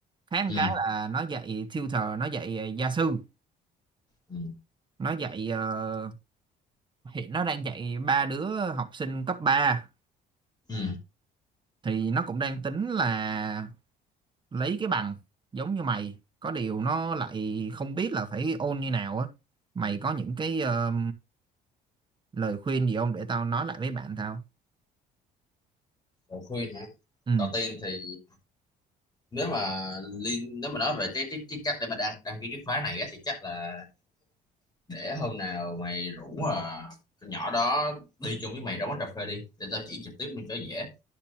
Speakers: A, on the right; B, on the left.
A: khác
B: Ừ.
A: một cái là nó dạy tutor nó dạy ờ, gia sư
B: Ừ.
A: nó dạy ờ, hiện nó đang dạy ba đứa học sinh cấp ba
B: Ừ.
A: thì nó cũng đang tính là lấy cái bằng giống như mày có điều nó lại không biết là phải ôn như nào á mày có những cái ờ, lời khuyên gì không để tao nói lại với bạn tao
B: Lời khuyên hả?
A: ừ
B: Đầu tiên thì nếu mà liên nếu mà nói về cái cái, cái cách để mà đăng đăng ký cái khóa này á, thì chắc là để hôm nào mày rủ ờ, con nhỏ đó đi chung với mày ra quán cà phê đi để tao chỉ trực tiếp luôn cho dễ.